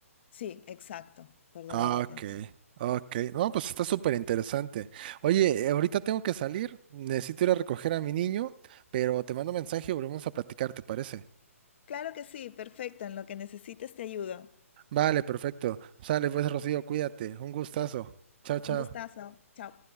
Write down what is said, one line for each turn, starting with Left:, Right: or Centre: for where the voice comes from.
Left: Sí, exacto, por doble
Right: Ah,
Left: retención.
Right: ok, ok. No, pues está súper interesante. Oye, eh, ahorita tengo que salir, necesito ir a recoger a mi niño, pero te mando mensaje y volvemos a platicar, ¿te parece?
Left: Claro que sí, perfecto. En lo que necesites te ayudo.
Right: Vale, perfecto. Sale pues, Rocío, cuídate. Un gustazo. Chao, chao.
Left: Un gustazo. Chao.